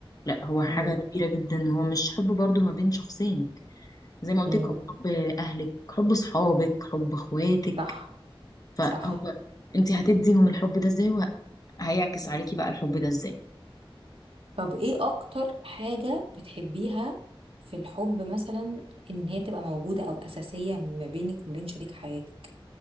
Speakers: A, on the left (about 40°); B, on the right (about 80°).
A: لا هو حاجة
B: مم،
A: كبيرة جدا هو مش حب برضو ما بين شخصين زي ما
B: مم.
A: قلت لك هو حب أهلك حب صحابك حب أخواتك
B: صح
A: فهو
B: صح
A: أنت هتديهم الحب ده إزاي وهيعكس عليكي بقى الحب ده إزاي
B: طب ايه أكتر حاجة بتحبيها في الحب مثلا إن هي تبقى موجودة أو أساسية ما بينك وما بين شريك حياتك؟